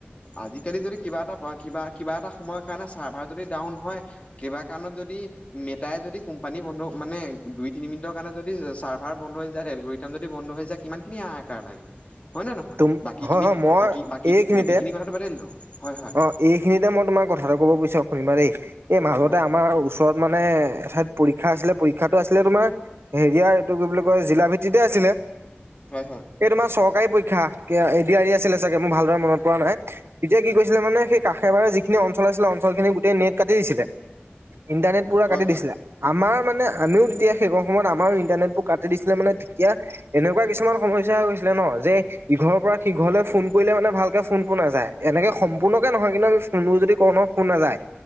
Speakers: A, on the left (about 30°); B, on the right (about 75°).
A: আজিকালি যদি কিবা এটা কিবা কিবা এটা সময়ৰ কাৰণে চাৰ্ভাৰ যদি ডাউন হয় কিবা কাৰণত যদ দি মেটাই যদি, কম্পানি বন্ধ মানে দুই তিনি মিনিটৰ কাৰণে যদি চাৰ্ভাৰ বন্ধ হৈ যায় এলগৰিথম যদি বন্ধ হৈ যায়, কিমান খিনি হাহাকাৰ লাগে, হয় নে নহয়?
B: তুম
A: বাকী
B: হয়
A: খিনিক
B: হয় মই
A: বাকী বাকী
B: এইখিনিতে
A: বাকীখিনি কথাটো বাদেই দিলো। হয় হয়
B: অ এইখিনিতে মই তোমাৰ কথাটো কব বিছাৰো শুনিবা দেই এই মাজতে
A: হয়
B: আমাৰ ওচৰত মানে মানে এঠাইত পৰীক্ষা আছিলে পৰীক্ষাতটো আছিলে তোমাৰ হেৰিয়াৰ এইটো কি বুলি কয় জিলা ভিত্তিতে আছিলে
A: হয় হয়
B: এই তোমাৰ চৰকাৰী পৰীক্ষা এডিআৰই আছিলে চাগে মোৰ ভালদৰে মনত পৰা নাই। এতিয়া কি কৈছিলে মানে সেই কাষে বাৰে যিখিনি অঞ্চল আছিলে অঞ্চল খিনি গোটেই নেট কাটি দিছিলে ইণ্টাৰনেট পুৰা
A: হয়
B: কাটি
A: হয়
B: দিছিলে। আমাৰ মানে আমিও তেতিয়া সেই কন সময়ত আমাৰো ইন্টাৰনেট বোৰ কাটি দিছিলে মানে তেতিয়া এনেকুৱা কিছুমান সমস্য হৈ গৈছিল ন যে ইঘৰৰ পৰা সিঘৰলৈ ফোন কৰিলে মানে ভালকে ফোনটো নাযায়। এনেকে সম্পূৰ্ণকে নহয় কিন্তু আমি ফোনবোৰ যদি কৰো নহয় ফোন নাযায়।